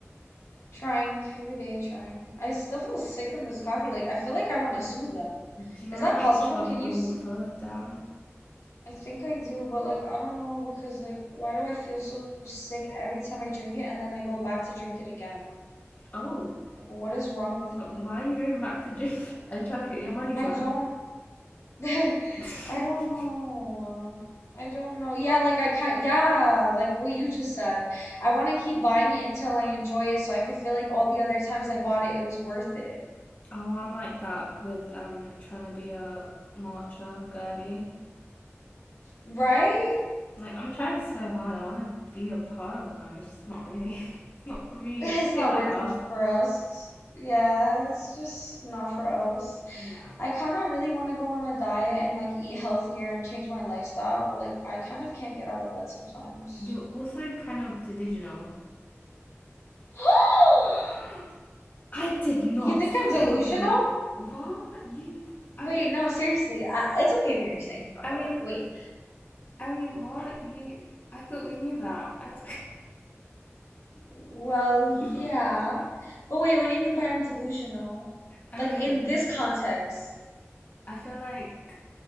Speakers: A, on the left; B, on the left.
A: Trying every day, trying. I still feel sick from this coffee. Like I feel like I want to sue them.
B: Do you
A: Is
B: want
A: that
B: to like
A: possible?
B: chug
A: Can
B: the
A: you
B: water
A: s-
B: down?
A: I think I do, but like I don't know because like why do I feel so sick every time I drink it and then I go back to drink it again?
B: Oh,
A: Like what is wrong with
B: wh-
A: me?
B: why are you going back to drink? <laughs> Are you trying to get your money's
A: I
B: worth?
A: don't <laughs> I
B: <laughs>
A: don't know. um, I don't know. Yeah, like I kind yeah, like what you just said. I want to keep buying it until I enjoy it so I could feel like all the other times I bought it it was worth it.
B: oh, I'm like that with um trying to be a marcher girly.
A: Right? <laughs>
B: Like I'm trying so hard. I want to be a part of them. It's just not really. <laughs> It's not for me.
A: It's
B: It just tastes
A: not
B: like
A: working
B: grass.
A: for us. Yeah, it's just not for us.
B: Yeah.
A: I kind of really want to go on a diet and like eat healthier and change my lifestyle, but like I kind of can't get out of bed sometimes.
B: You're also kind of delusional.
A: <gasps>
B: <gasps> I did not
A: You think
B: say
A: I'm delusional?
B: that. What you? I.
A: Wait, no, seriously. I, it's okay if you're saying that,
B: I
A: but
B: mean.
A: like, wait.
B: I mean. What you? I thought we knew that. I.
A: Well, yeah.
B: <laughs>
A: But wait, what do you mean by I'm delusional?
B: I
A: Like
B: mean.
A: in this context.
B: I feel like